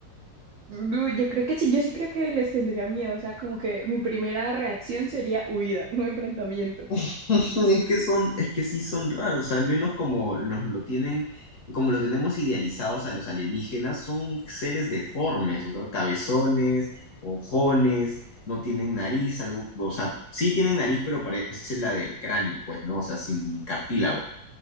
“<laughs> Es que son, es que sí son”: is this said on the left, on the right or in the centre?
Left